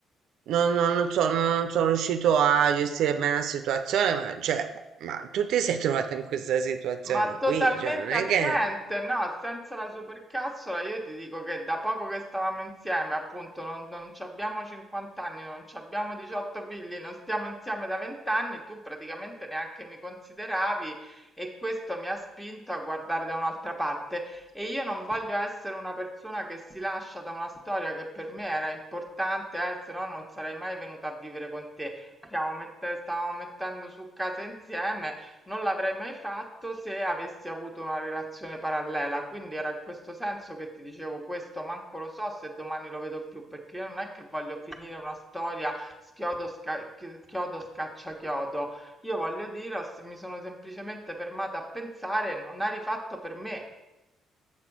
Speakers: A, on the right; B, in the centre.
A: Non, non, non so, non, non sono riuscito a gestire bene la situazione, ma, cioè, ma tu ti sei trovata in questa situazione
B: Ma totalmente
A: qui, cioè, non è
B: assente,
A: che
B: no, senza la supercazzola io ti dico che da poco che stavamo insieme, appunto, non, non ci abbiamo 50 anni, non ci abbiamo 18 figli, non stiamo insieme da 20 anni, tu praticamente neanche mi consideravi e questo mi ha spinto a guardare da un'altra parte e io non voglio essere una persona che si lascia da una storia che per me era importante, eh, se no non sarei mai venuta a vivere con te. Stiamo mette- stavamo mettendo su casa insieme non l'avrei mai fatto se avessi avuto una relazione parallela, quindi era in questo senso che ti dicevo questo, manco lo so se domani lo vedo più, perché io non è che voglio finire una storia schiodo, sca- chi- chiodo, scaccia chiodo. Io voglio dire, ho- mi sono semplicemente fermata a pensare, non ha rifatto per me.